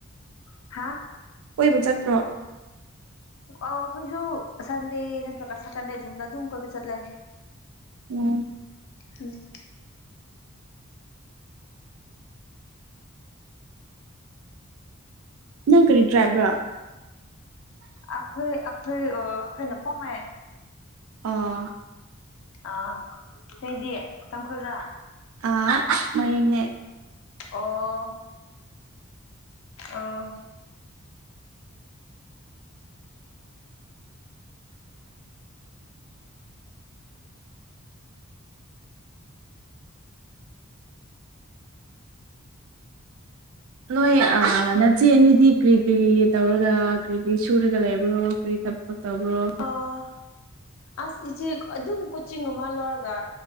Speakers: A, on the left (about 65°); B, on the right (about 70°).
A: ꯍꯥꯥ
B: ꯀꯣꯏꯕ ꯆꯠꯇ꯭ꯔꯣ
A: ꯑꫭ ꯑꯩꯈꯣꯏꯁꯨ ꯁꯟꯗꯦ ꯅꯠꯇ꯭ꯔꯒ ꯁꯦꯇꯔꯗꯦꯗꯨꯒꯨꯝꯕꯗ ꯑꯗꯨꯝ ꯀꯣꯏꯕ ꯆꯠꯂꯦ
B: ꯎꯝ
A: ꯎꯝ
B: ꯅꯪ ꯀꯔꯤ ꯇ꯭ꯔꯥꯞꯔꯥ
A: ꯑꯩꯈꯣꯏ ꯑꯩꯈꯣꯏ ꯑꯩꯈꯣꯏꯅ ꯄꯣꯃꯦ
B: ꯑꯥ
A: ꯑꯥ ꯅꯪꯗꯤ ꯇꯥꯡꯈꯨꯜꯔꯥ
B: ꯑꯥ ꯃꯔꯤꯟꯅꯦ
A: ꯑꯣ ꯑꫭ
B: ꯅꯣꯏ ꯅꯆꯦ ꯑꯅꯤꯗꯤ ꯀꯔꯤ ꯀꯔꯤ ꯇꯧꯔꯒ ꯀꯔꯤ ꯀꯔꯤ ꯁꯨꯔꯒ ꯂꯩꯕ꯭ꯔꯣ ꯀꯔꯤ ꯊ ꯕꯛ ꯇꯧꯕꯔꫭ
A: ꯑꯥ ꯑꯁ ꯏꯆꯦ ꯑꯗꯨꯝ ꯀꯣꯆꯤꯡꯒꯨꯝꯕ ꯂꯧꯔꯒ